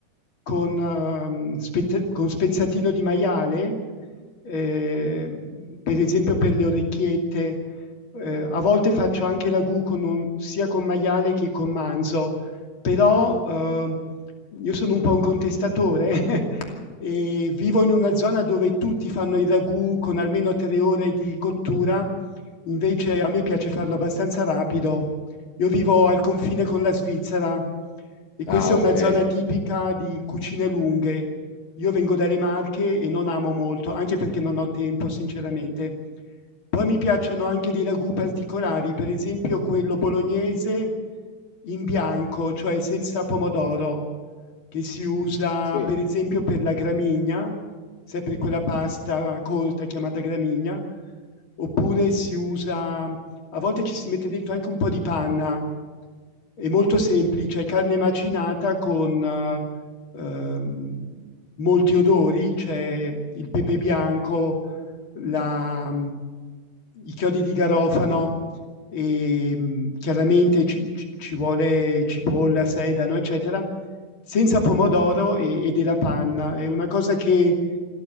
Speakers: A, on the left (about 35°); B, on the left (about 60°).
A: con, ehm, spezz- con spezzatino di maiale, ehm, per esempio per le orecchiette. Eh, a volte faccio anche ragù con un- sia con maiale che con manzo, però ehm, io sono un po' un contestatore <laughs> E vivo in una zona dove tutti fanno il ragù con almeno tre ore di cottura, invece a me piace farlo abbastanza rapido. Io vivo al confine con la Svizzera e questa
B: Ah,
A: è
B: okay.
A: una zona tipica di cucine lunghe. Io vengo dalle Marche e non amo molto, anche perché non ho tempo, sinceramente. Poi mi piacciono anche dei ragù particolari, per esempio quello bolognese in bianco, cioè senza pomodoro che si usa
B: Sì.
A: per esempio per la gramigna, sempre quella pasta corta chiamata gramigna, oppure si usa, a volte ci si mette dentro anche un po' di panna, è molto semplice, è carne macinata con eh, ehm, molti odori, c'è il pepe bianco, la, i chiodi di garofano, e, mm, chiaramente ci, ci, vuole cipolla, sedano, eccetera, senza pomodoro e, e, della panna. È una cosa che